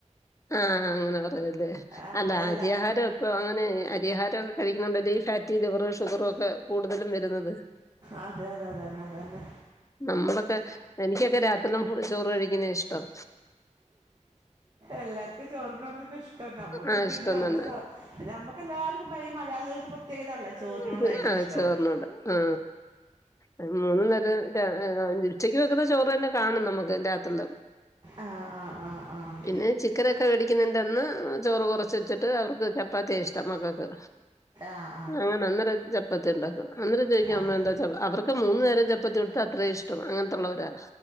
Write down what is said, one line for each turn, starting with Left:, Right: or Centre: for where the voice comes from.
Left: ആഹ് അങ്ങനെ പറഞ്ഞുല്ലേ
Right: ആഹ്
Left: അല്ല
Right: എല്ലാ
Left: അരിഹാരം ഇപ്പൊ അങ്ങനെ അരിഹാരം കഴിക്കണണ്ടല്ല ഈ ഫാറ്റി ലിവറ് ഷുഗറും ഒക്കെ കൂടുതലും വരുന്നത്
Right: അതെ അതെ അതന്നെ അതന്നെ
Left: നമ്മളൊക്കെ എനിക്കൊക്കെ രാത്രിയും ചോറ് കഴിക്കണ ഇഷ്ടം
Right: എല്ലാവർക്കും ചോറിനോട് തന്നെ ഇഷ്ടം നമ്മുക്ക്
Left: ആഹ്
Right: പിന്നെ
Left: ഇഷ്ടം
Right: നമ്മുടെ
Left: തന്നെ
Right: നമ്മുക്ക് എല്ലാവർക്കും ഈ മലയാളികൾക്ക് പ്രത്യേകത അല്ല
Left: <unintelligible>
Right: ചോറിനോട്
Left: ത്
Right: ഭയങ്കര
Left: ആഹ
Right: ഇഷ്ടവും
Left: ചോർന്നോട ആ ആ മൂന്നന്നരം ഉച്ചയ്ക്ക് വെക്കുന്ന ചോറ് തന്നെ കാണും നമുക്ക് രാത്രി
Right: ആഹ ആഹ് ആഹ് ആഹ
Left: പിന്നെ ചിക്കനൊക്കെ വേടിക്കുന്നുണ്ട്ന്ന് ചോറ് കുറച്ച് വെച്ചിട്ട് അവർക്ക് ചപ്പാത്തിയ ഇഷ്ടം മക്കൾക്ക്
Right: ആഹ്
Left: അങ്ങനെ അന്നേം ചപ്പത്തി ഉണ്ടാക്കും അന്നരം ചോദിക്കമ്മ
Right: അതെ
Left: എന്താ അവർക്ക് മൂന്ന നേരം ചപ്പത്തി കൊടുത്ത അത്രേ ഇഷ്ടം ും അങ്ങനത്തുള്ളവരാ